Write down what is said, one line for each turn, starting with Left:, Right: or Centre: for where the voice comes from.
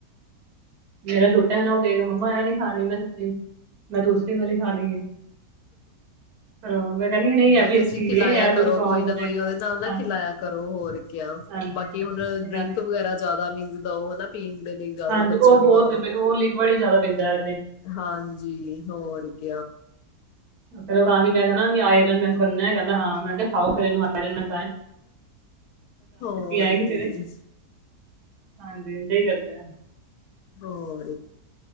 Right: ਮੇਰਾ ਛੋਟਾ ਨਾ ਉਹ ਕਹੇਗਾ ਮਮਾ ਨੇ ਖਾਣੀ ਮੈਨੂੰ ਮੈਂ ਦੂਸਰੀ ਵਾਲੀ ਖਾ ਲਈ ਹੈ ਫਿਰ ਉਹ- ਮੈਂ ਕਹਿੰਦੀ ਹਾਂ,
Left: ਨਹੀਂ
Right: ਇਹ ਵੀ
Left: ਤੁਸੀਂ
Right: ਅੱਛੀ
Left: ਖਿਲਾਇਆ
Right: ਹੈ ਇਹ ਤਾਂ
Left: ਕਰੋ
Right: ਸਟਰੋਂਗ
Left: ਕੋਈ ਨਾ
Right: ਬਣੇਗਾ
Left: ਕੋਈ ਉਹਦੇ ਨਾਲ ਨਾ
Right: ਹਾਂਜੀ
Left: ਖਿਲਾਇਆ ਕਰੋ ਹੋਰ
Right: ਹਾਂਜੀ ਤੇ
Left: ਬਾਕੀ ਹੁਣ
Right: ਕਹਿੰਦੇ
Left: ਡਰਿੰਕ ਵਗੈਰਾ ਜ਼ਿਆਦਾ ਵੀ ਉਹਦਾ ਪੀਣ ਦੇ ਲਈ ਜ਼ਿਆਦਾ
Right: ਹਾਂਜੀ
Left: ਬੱਚਿਆਂ
Right: ਉਹ ਬਹੁਤ
Left: ਨੂੰ ਦਓ
Right: ਬ ਉਹ ਲੀਕਵਡ ਹੀ ਜ਼ਿਆਦਾ ਪੈਂਦਾ
Left: ਹਾਂਜੀ ਹੋਰ ਕ
Right: ਫਿਰਰ ਕਹਾਂ ਮੈਂ ਕਹਿੰਦੀ ਆਇਰਨਮੈਨ ਬਣਨਾ ਕਹਿੰਦਾ ਹਾਂ ਮੈਂ ਕਿਹਾ ਖਾਓ ਫਿਰ ਇਹਨੂੰ ਆਇਰਨਮੈਨ
Left: ਹੋਰ
Right: ਆਏਗੀ
Left: ਕੀ
Right: ਤੇਰੇ ਚ ਹਾਂਜੀ ਇਦਾਂ ਹੀ ਕਰਦੇ ਨੇ
Left: ਹੋ